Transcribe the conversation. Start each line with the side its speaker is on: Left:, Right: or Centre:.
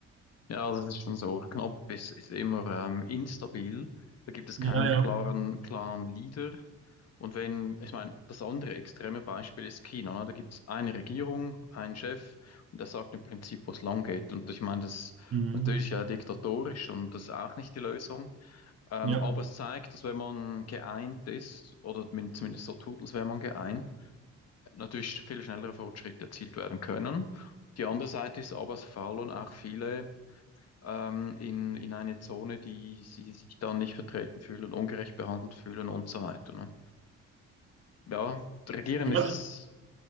Left: Ja, das ist schon so. Knapp ist, ist immer ähm, instabil. Da gibt es
Right: Ja,
Left: keinen
Right: ja.
Left: klaren, klaren Leader. Und wenn, ich meine, das andere extreme Beispiel ist China, ne? Da gibt es eine Regierung, einen Chef und der sagt im Prinzip, wo es lang geht. Und ich meine, das ist
Right: Mhm.
Left: natürlich ja diktatorisch und das ist auch nicht die Lösung. Ähm,
Right: Ja.
Left: aber es zeigt, dass wenn man geeint ist, oder min- zumindest so tut, als wäre man geeint, natürlich viel schnellere Fortschritte erzielt werden können. Die andere Seite ist aber, es faulen auch viele ähm, in, in eine Zone, die sie sich dann nicht vertreten fühlen, ungerecht behandelt fühlen und so weiter. Ne? Ja, regieren
Right: Ja,
Left: ist.